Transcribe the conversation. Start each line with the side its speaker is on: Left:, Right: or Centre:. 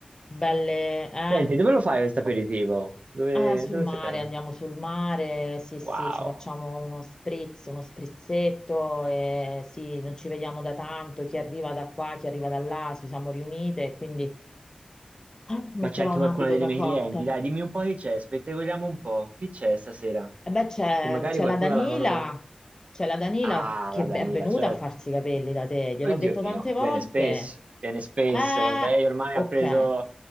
Left: belle, eh?
Right: Senti, dove lo fai questo aperitivo? Dove,
Left: Eh, sul
Right: dove
Left: mare,
Right: sei?
Left: andiamo sul mare, sì, sì,
Right: Wow,
Left: ci facciamo uno spritz, uno sprizzetto, e sì, non ci vediamo da tanto, chi
Right: Boh,
Left: arriva da qua, chi arriva da là, ci siamo riunite, e quindi eh, metterò
Right: ma c'è anche
Left: un
Right: qualcuna
Left: abito
Right: delle
Left: da
Right: mie
Left: cocktail.
Right: clienti. Dai, dimmi un po' chi c'è, spettacoliamo un po'. Chi c'è stasera?
Left: E beh, c'è
Right: Che magari
Left: c'è
Right: qualcuna
Left: la Danila,
Right: la conosce.
Left: c'è la Danila
Right: Ah,
Left: che
Right: la Danila,
Left: è venuta
Right: certo.
Left: a farsi i capelli da te, gliel'ho
Right: Oddio
Left: detto
Right: mio,
Left: tante volte.
Right: viene spesso, viene spesso.
Left: Eh,
Right: Lei ormai
Left: ok,
Right: ha preso,